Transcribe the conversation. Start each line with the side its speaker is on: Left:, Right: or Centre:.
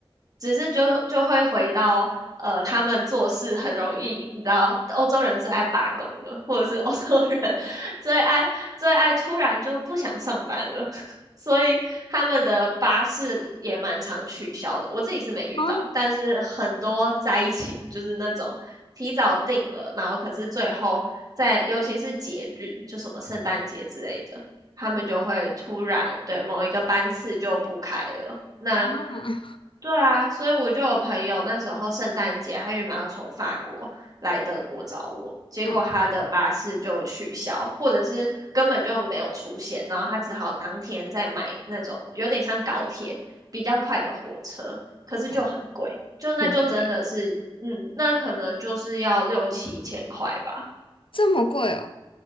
Right: 只是就就会回到呃，他们做事很容易，你知道，欧洲人最爱罢工了，或者是欧洲人 <laughs> 最爱最爱突然就不想上班了，<laughs> 所以他们的巴士也蛮常取消的，我自己是没遇到，
Left: 啊
Right: 但是很多灾情就是那种提早定了，然后可是最后在尤其是节日，就什么圣诞节之类的，他们就会突然对某一个班次就不开了。
Left: 嗯
Right: 那
Left: 啊
Right: 对啊，所以我就有朋友那时候圣诞节，他原本要从法国来德国找我，结果他的巴士就取消，
Left: 嗯
Right: 或者是根本就没有出现，然后他只好当天再买那种有点像高铁比较快的火车，可是就很贵，
Left: 嗯，
Right: 就那就真的是，
Left: 很贵，
Right: 嗯，那可能就是要六七千块吧，
Left: 这么贵哦